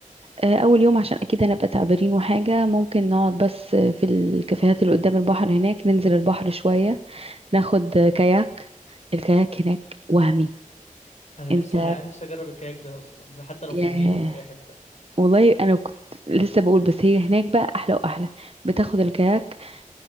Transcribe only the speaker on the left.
انا
نفسي انا نفسي اجرب الكاياك ده اصلا حتى لو
في النيل ولا في اي حته